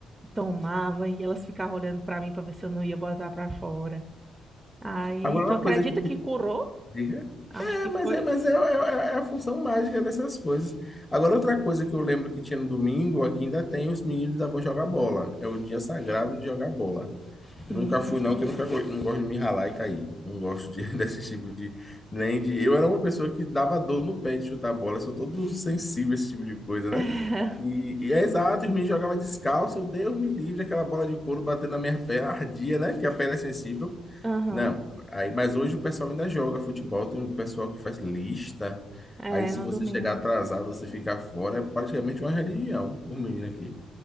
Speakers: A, on the right; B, on the left.
A: tomava e elas ficavam olhando pra mim pra ver se eu não ia botar pra fora. Aí,
B: Agora,
A: tu
B: uma
A: acredita
B: coisa que te...
A: que curou?
B: Diga.
A: Acho
B: É,
A: que
B: mas
A: foi.
B: é, mas é, é- é é a função mágica dessas coisas. Agora, outra coisa que eu lembro que tinha no domingo, aqui ainda tem, os meninos ainda vão jogar bola. É o dia sagrado de jogar bola. Eu
A: Hum.
B: nunca fui, não, porque eu nunca, go- não gosto de me ralar e cair. Não gosto de, <laughs> desse tipo de. Nem de. Eu era uma pessoa que dava dor no pé de chutar bola, sou todo sensível a esse tipo de coisa, né?
A: <laughs>
B: E, e é exato, os meninos jogavam descalço, eu Deus me livre, aquela bola de couro batendo na minha perna, ardia, né? Que a perna é sensível.
A: Aham.
B: Não, aí, mas hoje o pessoal ainda joga futebol, tem um pessoal que faz lista.
A: É,
B: Aí se
A: no
B: você
A: domingo.
B: chegar atrasado, você ficar fora, é praticamente uma religião, os meninos aqui,